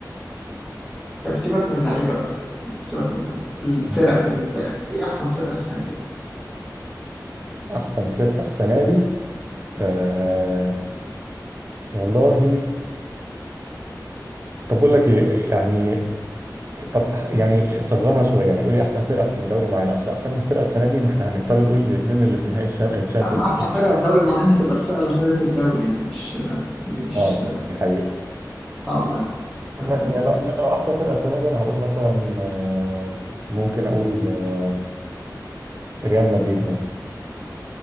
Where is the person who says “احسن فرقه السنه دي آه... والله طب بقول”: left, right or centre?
Right